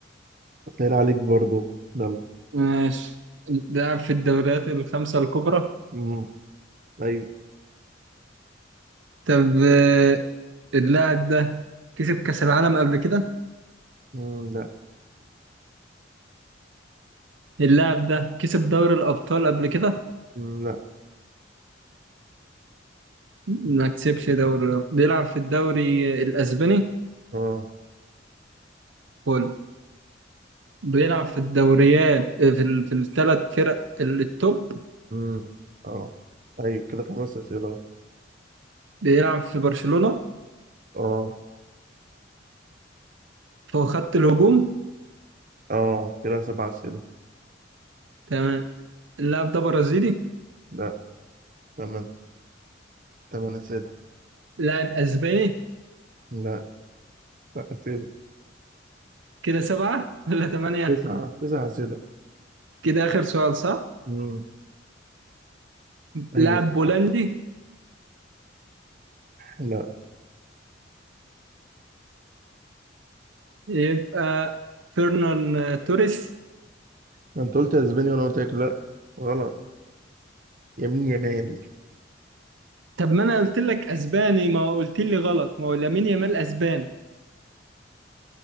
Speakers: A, on the right (about 45°); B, on the right (about 75°).
A: سهل عليك برضو يلا
B: ماشي لعب في الدوريات الخمسة الكبرى
A: مم. أيوة
B: طب آه، اللاعب ده كسب كأس العالم قبل كده
A: مم. لا
B: اللاعب ده كسب دوري الأبطال قبل كده
A: مم. لا
B: ما كسبش دوري الأبطال بيلعب في الدوري الأسباني
A: اه
B: فول بيلعب في الدوريات آه، في ال... في الثلاث فرق ال- التوب
A: مم. اه أيوة كده خمس أسئلة أهو.
B: بيلعب في برشلونة
A: اه
B: فهو خط الهجوم
A: اه كده سبع أسئلة
B: تمام اللاعب ده برازيلي
A: لا تمن تمن أسئلة
B: لاعب أسباني
A: لا لا أسئلة
B: كده سبعة ولا ثمانية
A: تسعة تسعة أسئلة
B: كده آخر سؤال صح
A: مم. أيوة
B: لاعب بولندي
A: لا
B: يبقى فيرنان توريس
A: ما أنت قلت أسبانيا وأنا قلت لك لا غلط يمين يمين
B: طب ما انا قلت لك اسباني ما قلت لي غلط ما هو لامين يامال اسبان